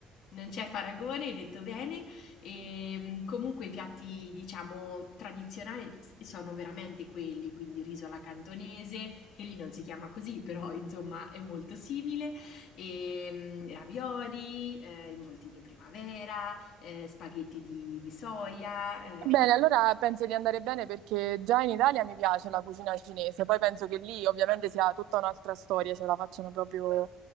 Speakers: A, on the left (about 55°); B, on the right (about 80°).
A: Non c'è paragone, hai detto bene. E, mh, comunque i piatti, diciamo, tradizionali s- sono veramente quelli, quindi il riso alla cantonese, che lì non si chiama così, però insomma è molto simile, e, mh, ravioli, eh, involtini primavera, eh, spaghetti di, di soia. eh.
B: Bene, allora penso di andare bene perché già in Italia mi piace la cucina cinese, poi penso che lì ovviamente sia tutta un'altra storia, ce la facciano proprio